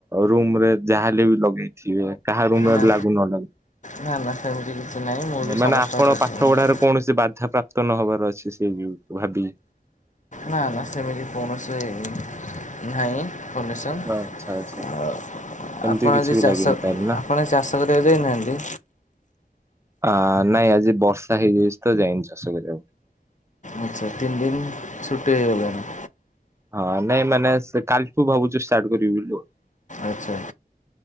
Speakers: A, on the right; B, on the left.
A: ରୁମ୍ ରେ ଯାହା ହେଲେ ବି ଲଗେଇ ଥିବେ। କାହା ରୁମ୍ ରେ
B: ନା
A: ଲାଗୁ ନ ଲାଗୁ।
B: ନା ନା ସେମିତି କିଛି ନାହିଁ। ମୁଁ ବି
A: ମାନେ
B: ସମସ୍ତଙ୍କ
A: ଆପଣ
B: ସହିତ
A: ପାଠ
B: ସମାନ।
A: ପଢାରେ କୌଣସି ବାଧା ପ୍ରାପ୍ତ ନହବାର ଅଛି ସେଇ ଯୋଗୁଁ ଭାବିଲି।
B: ନା ନା ସେମିତି କୌଣସି ନାହିଁ ପରମିଶନ୍।
A: ଆଚ୍ଛା ଆଚ୍ଛା
B: ଆଉ,
A: ଏମିତି
B: ଆପଣ
A: କିଛି
B: ଆଜି
A: ବି
B: ଚାଷ
A: ଲାଗିନି ତାହେଲେ ନା?
B: ଆପଣ ଚାଷ କରିବାକୁ ଯାଇନାହାନ୍ତି?
A: ଆ ନାଇଁ ଆଜି ବର୍ଷା ହେଇଯାଇଚି ତ ଯାଇନି ଚାଷ କରିବାକୁ।
B: ଆଚ୍ଛା ତିନ୍ ଦିନ୍ ଛୁଟି ହେଇଗଲାଣି।
A: ହଁ ନାଇଁ ମାନେ ସେ କାଲିଠୁ ଭାବୁଚି ଷ୍ଟାର୍ଟ କରିବି ବୋଲି ଆଉ।
B: ଆଚ୍ଛା।